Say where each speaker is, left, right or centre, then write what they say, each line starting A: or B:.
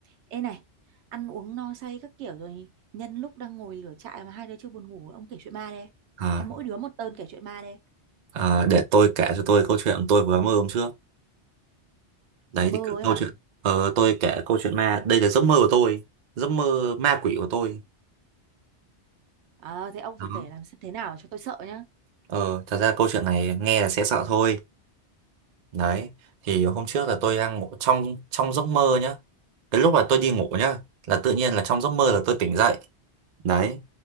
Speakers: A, on the right; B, on the right.
A: Ê này, ăn uống no say các kiểu rồi nhân lúc đang ngồi lửa trại mà hai đứa chưa buồn ngủ, ông kể chuyện ma đây
B: À,
A: Hay mỗi đứa một tơn kể chuyện ma đây
B: à, để tôi kể cho tôi câu chuyện tôi vừa mơ hôm trước. Đấy
A: Mơ
B: thì
A: ấy
B: câu
A: hả?
B: chuyện ờ, tôi kể câu chuyện ma, đây là giấc mơ của tôi, giấc mơ ma quỷ của tôi.
A: À, thế ông
B: Đó.
A: phải kể làm xem thế nào cho tôi sợ nhá.
B: Ờ, thật ra câu chuyện này nghe là sẽ sợ thôi. Đấy. Thì hôm trước là tôi đang ngủ trong trong giấc mơ nhá. Cái lúc là tôi đi ngủ nhá, là tự nhiên là trong giấc mơ là tôi tỉnh dậy. Đấy.